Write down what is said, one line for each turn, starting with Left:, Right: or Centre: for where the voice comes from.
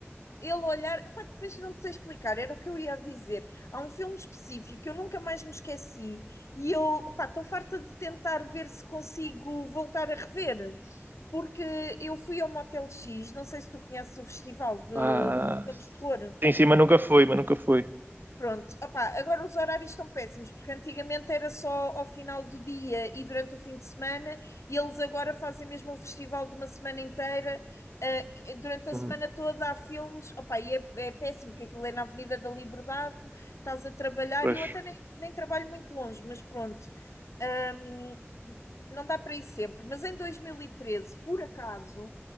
Left: ele olhar. Epá, depois não te sei explicar, era o que eu ia dizer. Há um filme específico que eu nunca mais me esqueci e eu, epá, estou farta de tentar ver se consigo voltar a rever, porque eu fui ao Motel X, não sei se tu conheces o festival de
Right: Ah,
Left: filmes de terror.
Right: sim, sim, mas nunca foi, mas nunca foi.
Left: Pronto, opá, agora os horários estão péssimos, porque antigamente era só ao final do dia e durante o fim de semana, e eles agora fazem mesmo um festival de uma semana inteira, ah, que- eh, durante a
Right: Uhum.
Left: semana toda há filmes, opá, e é, é péssimo, porque aquilo é na Avenida da Liberdade, estás a trabalhar,
Right: Pois.
Left: e eu até nem, nem trabalho muito longe, mas pronto, Ahm, não dá para ir sempre, mas em 2013, por acaso.